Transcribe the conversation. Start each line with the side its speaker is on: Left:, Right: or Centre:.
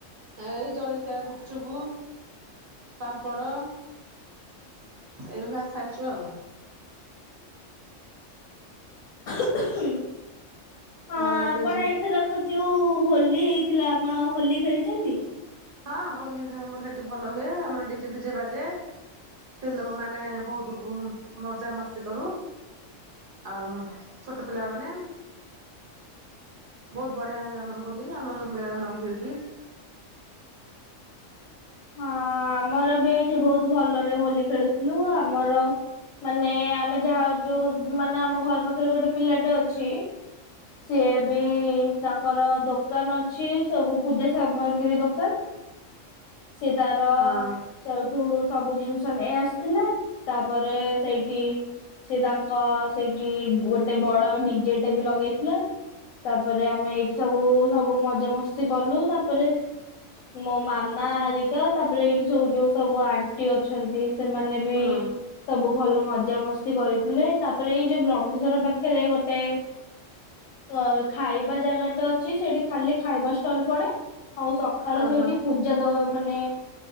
Right: ଏଇ ଜଳଖିଆ ଗୁପୁଚୁପୁ ପାମ୍ପଡ଼। ଏଇଭଳିଆ ଖାଇଚୁ ଆଉ।
Left: ହଁ ଆପଣ
Right: ଆଉ ଏବେ ଯି
Left: ଏଇଥରକ୍ ଯୋଉ ହୋଲି ହେଇଥିଲା ଆପଣ ହୋଲି ଖେଳିଚନ୍ତି?
Right: ହଁ ହୋଲିରେ ଆମର ଏଠି ଭଲ ହୁଏ ଆମର ଡିଜେ ଫିଜେ ବାଜେ। ସ୍ତ୍ରୀ ଲୋକମାନେ ବହୁତ୍ ବୁ ମଜାମସ୍ତି କରୁ। ଆଉ ଛୋଟ ପିଲା ମାନେ ବହୁତ୍ ବଢିଆ ହୁଏ ଆ ଆମର ହୋଲି ଆମର ମେଲଣହୁଏ ଯେ?
Left: ହଁ ଆମରବି ଏଇଠି ବହୁତ୍ ଭଲରେ ହୋଲି ଖେଳୁଥିଲୁ ଆମର ମାନେ ଆମେ ଯାହା ଯୋଉ ମାନେ ଆମ ଘର ପାଖରେ ଗୋଟେ ପିଲାଟେ ଅଛି। ସିଏବି ତାଙ୍କର ଦୋକାନ ଅଛି ସବୁ ପୂଜା ସାମଗ୍ରୀ ଦୋକାନ
Right: <inaudible>
Left: ସେ ତାର
Right: ହଁ
Left: ସେଉଠୁ ସବୁ ଜିନ୍ସ ନେଇ ଆସିଥିଲେ ତାପରେ ସେଇଟି ସେ ତାଙ୍କ ସେଇଠି ଗୋଟେ ବଡ ଡିଜେଟେ ବି ଲଗେଇ ଲେ ତାପରେ ଆମେ ଏଇଠି ସବୁ ସବୁ ମଜା ମସ୍ତି କଲୁ ତାପରେ ମୋ ମାମା ହେରିକା ତାପରେ ଏଇଠି ସବୁ ଯୋଉ ସବୁ ଆନ୍‌ ଟି ଅଛନ୍ତି ସେମାନେ ବି
Right: ହୁଁ
Left: ସବୁ ଭଲ ମଜା ମସ୍ତି କରିଥିଲେ ତାପରେ ଏଇ ଯୋଉ ବ୍ରହ୍ମେଶ୍ଵର ପାଖେରେ ଗୋଟେ ଅ ଖାଇବା ଜାଗା ଟା ଅଛି ସେଠି ଖାଲି ଖାଇବା ଷ୍ଟଲ୍ ପଡେ ଆଉ ସ ଖାଳେ
Right: ଓହୋ
Left: ସେଇଠି ପୂଜା ଦବା ମାନେ